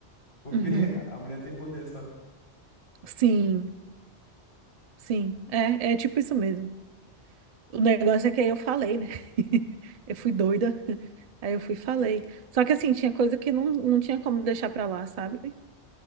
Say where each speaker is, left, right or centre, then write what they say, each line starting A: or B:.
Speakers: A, on the left (about 75°); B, on the right (about 45°).
A: porque
B: Uhum.
A: <laughs> a mulher tem poder, sabe?
B: Sim, sim. É, é tipo isso mesmo. O negócio é que aí eu falei, né? <laughs> Eu fui doida. Aí eu fui e falei. Só que assim, tinha coisa que não, não tinha como deixar pra lá, sabe?